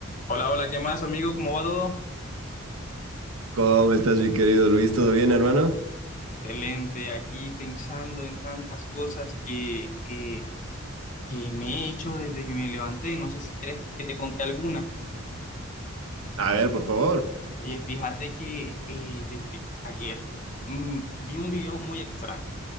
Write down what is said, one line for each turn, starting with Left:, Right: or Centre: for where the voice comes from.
Left: Hola, hola, ¿qué más, amigo? ¿Cómo va todo?
Right: ¿Cómo estás, mi querido Luis? ¿Todo bien, hermano?
Left: Excelente, aquí pensando en tantas cosas que, que, que me he hecho desde que me levanté. No sé si quieres que te conté alguna.
Right: A ver, por favor.
Left: Oye, fíjate que eh, desde ayer mm, vi un video muy extraño.